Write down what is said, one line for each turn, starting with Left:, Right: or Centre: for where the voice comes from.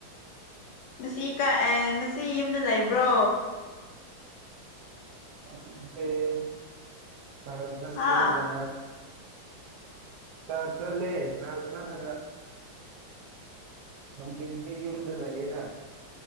Left: ꯉꯁꯤ ꯀꯥ ꯉꯁꯤ ꯌꯨꯝꯗ ꯂꯩꯕ꯭ꯔꯣ
Right: <unintelligible>
Left: ꯍꯥ
Right: ꯆ꯭ꯔꯁ ꯆꯠꯂꯦ ꯆ꯭ꯔꯁ ꯆꯠꯂꯒ ꯅꯨꯡꯊꯤꯟꯗꯤ ꯌꯨꯝ ꯗ ꯂꯩꯌꯦꯗ